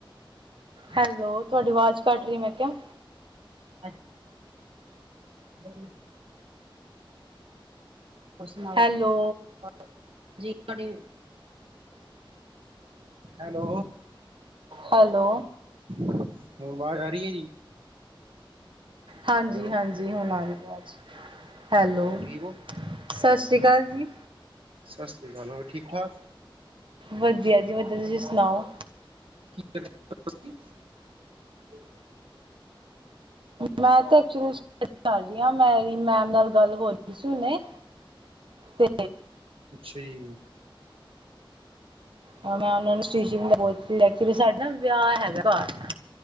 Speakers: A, on the right (about 65°); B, on the right (about 75°).
A: ਹੈਲੋ, ਤੁਹਾਡੀ ਆਵਾਜ਼ ਕੱਟ ਰਹੀ ਮੈਂ ਕਿਆ।
B: ਅੱਛ <unintelligible> ਹੋਰ ਸੁਣਾਓ
A: ਹੈਲੋ
B: ਜੀ, <unintelligible> ਜੀ ਤੁਹਾਡੀ ਹੈਲੋ।
A: ਹੈਲੋ
B: ਹੁਣ ਆਵਾਜ਼ ਆ ਰਹੀ ਹੈ ਜੀ।
A: ਹਾਂਜੀ
B: ਹੈਲੋ
A: ਹਾਂਜੀ। ਹੁਣ ਆ ਗਹੀ ਵਾਜ, ਹੈਲੋ,
B: ਹੋਰ ਠੀਕ ਹੋ
A: ਸਤਿ ਸ਼੍ਰੀ ਅਕਾਲ ਜੀ।
B: ਸਤਿ ਸ੍ਰੀ ਅਕਾਲ ਹੋਰ ਠੀਕ ਠਾਕ
A: ਵਧੀਆ ਜੀ ਵਧੀਆ। ਤੁਸੀਂ ਸੁਣਾਓ?
B: ਕੀ ਕਹਿੰਦੇ ਪੈਓ, ਤੁਸੀਂ।
A: ਮੈਂ ਤੇ ਏਕਚੂਲੀ ਚ ਕਰ ਰਹੀਆਂ, ਮੇਰੀ ਮੈਮ ਨਾਲ ਗੱਲ ਹੋ ਰਹੀ ਸੀ ਹੁਨੇਂ ਤੇ
B: ਅੱਛਾ ਜੀ।
A: ਮੈਂ ਓਨਾਂ ਨੂੰ ਸ਼ਟੀਚੀਗ ਦਾ ਬ ਪੁੱਛ ਰੀ। ਐਕਚੁਲੀ ਸਾਡੇ ਨਾਂ ਵਿਆਹ ਹੈਗਾ ਘਰ